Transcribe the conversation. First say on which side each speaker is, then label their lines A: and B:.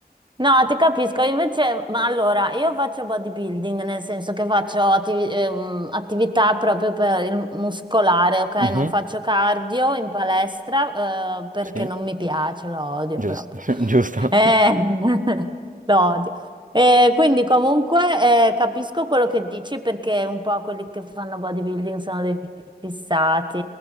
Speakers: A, on the right (about 30°); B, on the right (about 50°).
A: No, ti capisco, invece, ma allora, io faccio bodybuilding, nel senso che faccio attivi- ehm, attività proprio per il muscolare, ok?
B: Mhm,
A: Non faccio cardio in palestra, eh, perché
B: Sì,
A: non mi piace, lo odio
B: giusto,
A: proprio.
B: <laughs> giusto.
A: Eh, <laughs> lo odio. Eh, quindi comunque eh, capisco quello che dici perché un po' quelli che fanno bodybuilding sono dei fissati.